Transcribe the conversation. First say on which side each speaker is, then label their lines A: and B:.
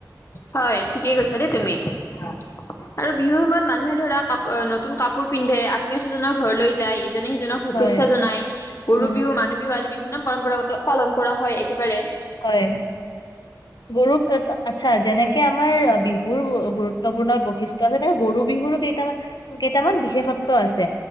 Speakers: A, on the left (about 40°); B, on the left (about 75°).
A: হয় ঠিকে কৈছা দেই তুমি আৰু বিহুৰ সময়ত মানুহে - ধৰা কাপ নতুন কাপোৰ পিন্ধে মে জনক ঘৰলৈ যায়, ইজনে সিজনক শুভেচ্ছা
B: হয়,
A: জনায়। গৰু
B: উম
A: বিহু, মানুহ বিহু আদি বিভিন্ন পৰম্পৰাগত পালন কৰা হয়। একেবাৰে
B: হয়। গৰু আচ্ছা যেনেকে আমাৰ বিহুৰ গু গুৰুত্বপূৰ্ণ বৈ বৈশিষ্ট্য আছে নহয়? গৰু বিহুৰো কেইটামান কেইটামান বিশেষত্ব আছে।